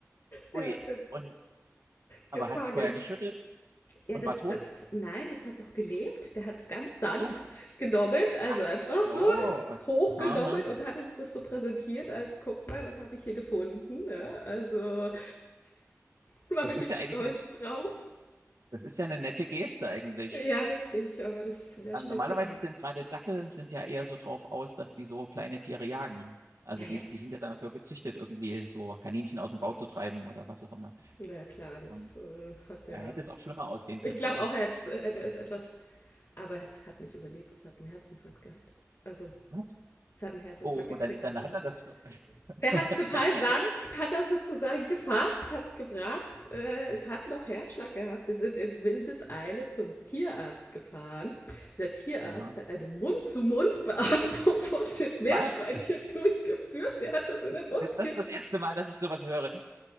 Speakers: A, on the left; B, on the right.
A: Der
B: Ui,
A: hat den
B: und, aber
A: gefangen.
B: hat's vorher geschüttelt
A: Ja,
B: und
A: das,
B: war tot?
A: das, nein, das hat noch gelebt. Der hat es ganz sanft
B: Ach So.
A: genommen, also
B: Ach
A: einfach
B: so.
A: so ins- hochgenommen
B: Aha.
A: und hat uns das so präsentiert, als guck mal, was habe ich hier gefunden. Ja, also war
B: Das
A: wirklich
B: ist ja
A: stolz
B: eigentlich eine,
A: drauf.
B: das ist ja eine nette Geste eigentlich.
A: Ja, richtig, aber das Meerschweinchen.
B: Ähm, Normalerweise sind gerade Dackel sind ja eher so drauf aus, dass die so kleine Tiere jagen. Also
A: Ja, ja,
B: die, die sind ja dafür gezüchtet, irgendwie so Kaninchen aus dem Bau zu treiben oder was auch immer.
A: na ja, klar, das
B: Und
A: äh, hat
B: da
A: er.
B: hätte es auch schlimmer ausgehen
A: Ich
B: können,
A: glaube
B: glaube
A: auch,
B: ich.
A: er hat's- äh, hätte es etwas. Aber es hat nicht überlebt, es hat einen Herzinfarkt gehabt. Also,
B: Was?
A: es hat einen Herzinfarkt
B: Oh,
A: gekriegt
B: dann, dann
A: davon.
B: hat er das. für- <laughs>
A: Der hat es total
B: Vielleicht
A: sanft,
B: hätte.
A: hat das sozusagen gefasst, hat es gebracht. Äh, es hat noch Herzschlag gehabt. Wir sind in Wildeseile zum Tierarzt gefahren. Dieser Tierarzt
B: Aha.
A: hat eine Mund-zu-Mund-Beatmung <laughs> von dem Meerschweinchen
B: Was?
A: durchgeführt. Der hat das in den Mund
B: Das, das
A: genommen
B: ist das erste Mal, dass ich sowas höre.